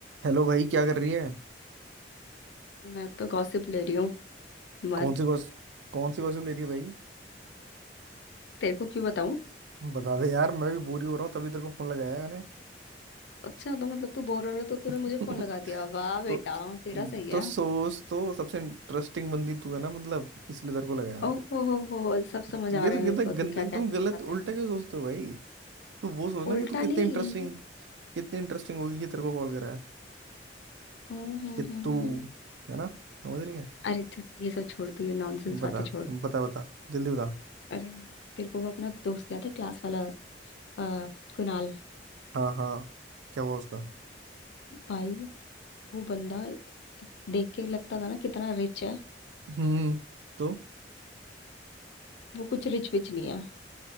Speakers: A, on the right (about 75°); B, on the left (about 70°).
A: Hello भाई क्या कर रही है
B: मैं तो गॉसिप ले रही हूँ मस्त
A: कौन सी गॉस कौन सी गॉसिप ले रही है भाई
B: तेरे को क्यों बताऊं
A: बता दे यार मैं भी बोरी हो रहा हूँ तभी तेरे को फोन लगाया है मैंने
B: अच्छा तो मतलब तू बोर हो रहा है तो तूने
A: <laughs>
B: मुझे फोन लगा दिया वाह
A: तो
B: बेटा तेरा सही है
A: तो सोच तो सबसे इंटरेस्टिंग बंदी तू है ना मतलब इसलिए तेरे को लगाया मैंने
B: ओह हो हो हो सब
A: तो
B: समझ आ
A: ये
B: रहा
A: तो
B: है
A: कितना
B: मेरे को तू
A: गंदे
B: क्या
A: तुम
B: कहना
A: गलत
B: चाहता
A: उल्टा
B: है
A: क्यों सोचते हो भाई तू वो सोच ना
B: उल्टा
A: कि तू
B: नहीं
A: कितने इंटरेस्टिंग कितनी इंटरेस्टिंग होगी कि तेरे को कॉल करा है
B: हम्म हम्म
A: कि
B: हम्म
A: तू
B: हम्म।
A: है ना समझ रही है
B: अरे तू ये सब छोड़ तू ये नॉनसेंस
A: बता
B: बातें छोड़
A: बता बता जल्दी बता
B: अरे तेरे को वो अपना दोस्त याद है क्लास वाला आ, कुणाल
A: हाँ हाँ क्या हुआ उसका
B: भाई वो बंदा देख के लगता था ना कितना रिच है
A: हम्म तो
B: वो कुछ रिच विच नहीं है